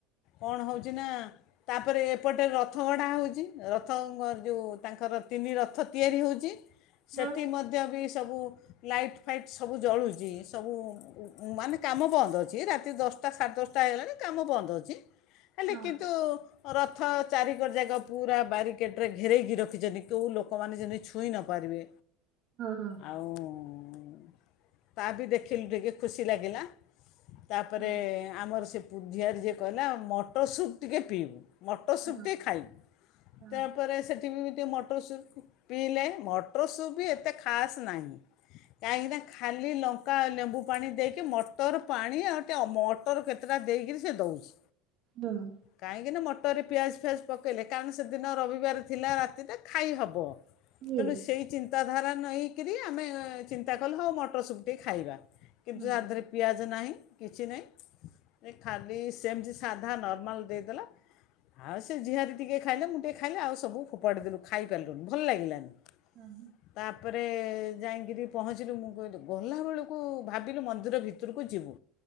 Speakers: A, on the left (about 50°); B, on the right (about 45°).
A: କଣ ହଉଛି ନା ତାପରେ ଏପଟେ ରଥଗଢ଼ା ହଉଚି ରଥଙ୍କର ଯୋଉ ତାଙ୍କର ତିନି ରଥ ତିଆରି ହୋଉଚି। ସେଠି
B: ହଁ
A: ମଧ୍ୟ ବି ସବୁ ଲାଇଟ୍ ଫାଇଟ୍ ସବୁ ଜଳୁଚି ସବୁ ମାନେ କାମ ବନ୍ଦ ଅଛି ରାତି ଦଶଟା ସାଢ଼େ ଦଶଟା ହେଇଗଲାଣି କାମ ବନ୍ଦ ଅଛି। ହେଲେ
B: ହଁ
A: କିନ୍ତୁ ରଥ ଚାରିକଡ଼ ଯାକ ପୁରା ବ୍ୟାରିଗେଟରେ ଘେରାଇକି ରଖିଛନ୍ତି କେଉ ଲୋକମାନେ ଯେମିତି ଛୁଇଁ ନ ପାରିବେ।
B: ହଁ ହଁ
A: ଆଉ। ହଁ ତା ବି ଦେଖିଲୁ ଟିକେ। ଖୁସି ଲାଗିଲା। ତାପରେ
B: ହଁ
A: ଆମର ସେ ଝିଆରେ ଯିଏ କଲା ମଟର ସୁପ୍ ଟିକେ ପିଇବୁ। ମଟ ସୁୁପ
B: ହଁ
A: ଟିକେ ଖାଇବୁ
B: ହଁ
A: ତାପରେ ସେଠି ମଟର ସୁପ୍ କୁ ପିଇଲେ ମଟର ସୁପବି ଅତେ ଖାସ ନାହିଁ କାହିଁକିନା ଖାଲି ଲଙ୍କା ଆଉ ଲେମ୍ବୁ ପାଣି ଦେଇକି ମଟର ପାଣି ଆଉ ଟେ ମଟର କେତେଟା ଦେଇକରି ସେ ଦଉଛି।
B: ହଁ
A: କହିଁକିନା ମଟ ଟୋରେ ପିଆଜ ଫିଆଜ ପକାଇଲେ କାରଣ ସେଦିନ ରବିବାର ଥିଲା ରାତିରେ ଖାଇହବ।
B: ହୁଁ
A: ତେଣୁ ସେଇ ଚି ଧାରା ନାହେଇକିରି ଆମେ ଚିନ୍ତା କଲୁ ହଁ ମଟର ସୁପ ଟିକେ ଖାଇବା। କିଛି
B: ହଁ
A: ଆ ଦେହ ରେ ପିଆଜ ନାହିଁ। କିଛି ନାହିଁ ଏ ଖାଲି ସେମ୍ ତି ସାଧା ନର୍ମାଲ ଦେଇଦେଲା ଆଉ ସେ ଝିଆରୀ ଟିକେ ଖାଇଲା ମୁଁ ଟିକେ ଖାଇଲି ଆଉ ସବୁ ଫୋପାଡ଼ି ଦେଲୁ ଖାଇପାରିଲୁନୁ ଭଲ୍ ଲାଗିଲାନି।
B: ହଁ
A: ତାପରେ ଯାଇଙ୍କିରି ପହଞ୍ଚିଲୁ ମୁଁ କହିଲି ଗଲାବେଳକୁ ଭାବିଲୁ ମନ୍ଦିର ଭିତରକୁ ଯିବୁ।